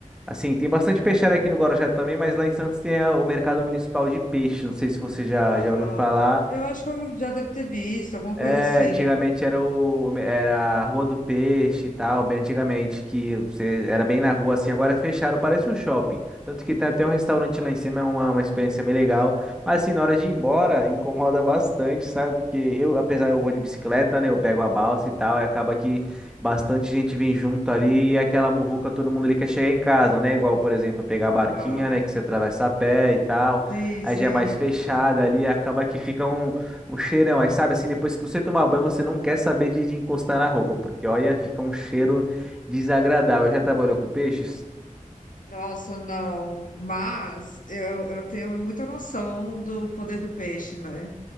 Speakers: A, in the centre; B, on the left.
A: Assim, tem bastante peixeira aqui no Guarujá também, mas lá em Santos tem a- o mercado municipal de peixe. Não sei se você já,
B: Aham.
A: já ouviu falar.
B: Eu acho que eu já deve ter visto, alguma coisa
A: É,
B: assim.
A: antigamente era o era a Rua do Peixe e tal, bem antigamente, que você era bem na rua assim, agora fecharam, parece um shopping. Tanto que tem até um restaurante lá em cima, é uma, uma experiência meio legal. Mas assim, na hora de ir embora, incomoda bastante, sabe? Porque eu, apesar eu vou de bicicleta, né? Eu pego a balsa e tal, e acaba que bastante gente vem junto ali e é aquela muvuca, todo mundo ali quer chegar em casa, né? Igual, por exemplo, pegar
B: Aham.
A: a barquinha, né? Que você atravessa a pé e tal.
B: Sim,
A: Aí
B: sim.
A: já é mais fechada ali, acaba que ficam um cheirão, aí sabe assim, depois que você tomar banho, você não quer saber de, de encostar na roupa, porque olha, fica um cheiro desagradável. Já trabalhou com peixes?
B: Nossa, não. Mas eu, eu tenho muita noção do poder do peixe, né?